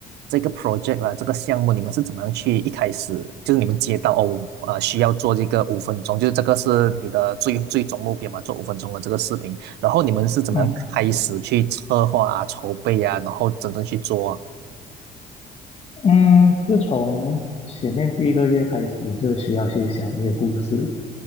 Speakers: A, on the right (about 80°); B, on the left (about 35°).
A: 这个 project 啦，这个项目，你们是怎么样去？一开始就是你们接到哦，呃，需要做这个五分钟，就是这个是你的最最终目标嘛，做五分钟的这个视频。然后你们是怎么样开始去策划啊、
B: 嗯
A: 筹备啊，然后真正去做啊？
B: 嗯，自从前面第一个月开始，就需要去想一些故事，